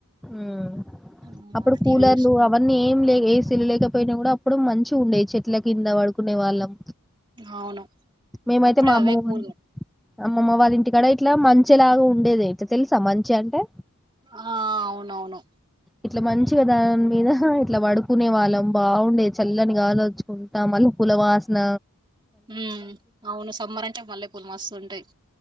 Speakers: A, in the centre; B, on the right.
A: ఉమ్
B: ఆ
A: అప్పుడు కూలర్లు
B: టీవీ చూసుకు
A: అవన్నీ ఏం లే ఏసీలు లేకపోయినా కూడా అప్పుడు మంచి. తుమ్నే చెట్ల కింద పడుకునే వాళ్ళం
B: అవును
A: మేమైతే
B: అప్పుడే
A: మా
B: అవే
A: అమ్మమ్మ
B: కూలీ
A: వాళ్ళ అమ్మమ్మ వాళ్ళ ఇంటి కాడ ఇట్ల మంచె ఇలాగ ఉండేది ఇట్లా తెలుసా మంచె అంటే.
B: ఆ... అవునవును
A: ఇట్ల మంచిగా దాని మీద ఇట్ల పడుకునే వాళ్ళం బావుండేది చల్లనిగాల్లోచ్చుకుంటా మల్లె పూలవాసన.
B: హ్మ్ అవును సమ్మర్ అంటే మల్లె పూలు మస్తుంటాయ్.